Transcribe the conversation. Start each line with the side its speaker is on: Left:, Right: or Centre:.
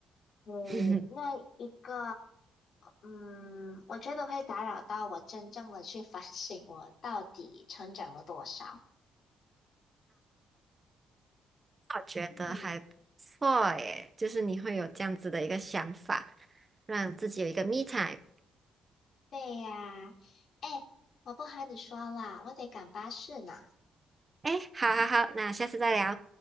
Left: 嗯，
Right: <laughs>
Left: 那一个，嗯，我觉得会打扰到我真正的去反省我到底成长了多少。
Right: 我觉得还不错耶，
Left: 嗯，
Right: 就是你会有这样子的一个想法，让自己有一个 me time。
Left: 对呀，哎，我不和你说了，我得赶巴士呢。
Right: 哎，好好好，那下次再聊。